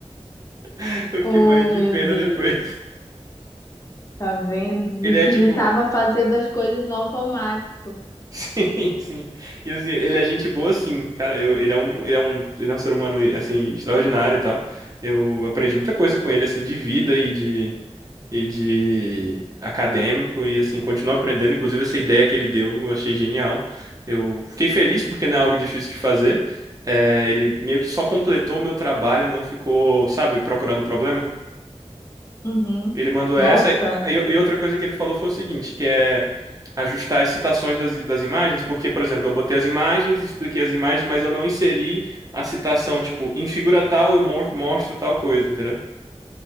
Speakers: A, on the right; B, on the left.
A: <laughs> Eu
B: oh,
A: fiquei morrendo de
B: meu
A: pena
B: Deus,
A: depois. <laughs>
B: tá vendo? O bichinho
A: Ele é tipo,
B: tava fazendo as coisas no automático.
A: <laughs> sim, sim. E assim, ele é gente boa sim, cara. Eu, ele é um, ele é um, ele é um ser humano assim extraordinário e tal. Eu aprendi muita coisa com ele assim de vida e de e de acadêmico e assim, continuo aprendendo. Inclusive, essa ideia que ele deu, eu achei genial. Eu fiquei feliz porque não é algo difícil de fazer. É, ele meio que só completou o meu trabalho, não ficou, sabe, procurando problema.
B: Uhum.
A: Ele mandou
B: Nossa,
A: essa. E, e outra coisa que ele falou foi o seguinte, que é ajustar as citações das, das imagens, porque, por exemplo, eu botei as imagens, expliquei as imagens, mas eu não inseri a citação, tipo, em figura tal eu mo- mostro tal coisa, entendeu?